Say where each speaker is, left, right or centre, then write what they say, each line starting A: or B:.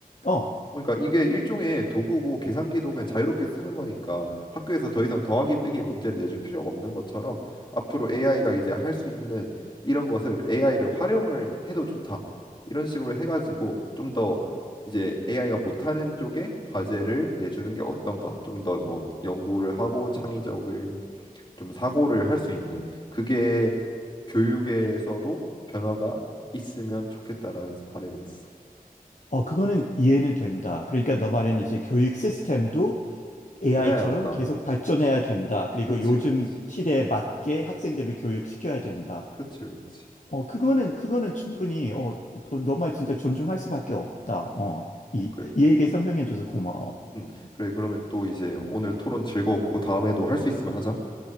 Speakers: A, on the left; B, on the left.
A: 어,
B: 그러니까 이게 일종의 도구고 계산기도 그냥 자유롭게 쓰는 거니까 학교에서 더 이상 더하기 빼기 문제를 내줄 필요가 없는 것처럼 앞으로 AI가 이제 할 수 있는 이런 것을 AI를 활용을 해도 좋다. 이런 식으로 해가지고 좀 더 이제 AI가 못하는 쪽에 과제를 내주는 게 어떤가? 좀 더 뭐 연구를 하고 창의적인 좀 사고를 할 수 있는 그게 교육에서도 변화가 있으면 좋겠다라는 바람이 있어.
A: 어, 그거는 이해는 된다. 그러니까 너 말은 이제 교육 시스템도 AI처럼
B: 변해야 한다.
A: 계속 발전해야 된다. 그리고
B: 그렇지,
A: 요즘
B: 그렇지,
A: 시대에 맞게 학생들을 교육시켜야 된다.
B: 그렇지, 그렇지.
A: 어, 그거는, 그거는 충분히, 어, 너 말 진짜 존중할 수밖에 없다. 어, 이,
B: 그래,
A: 이 얘기 설명해줘서 고마워.
B: 음, 그래. 그러면 또 이제 오늘 토론 즐거웠고 다음에도 할 수 있으면 하자.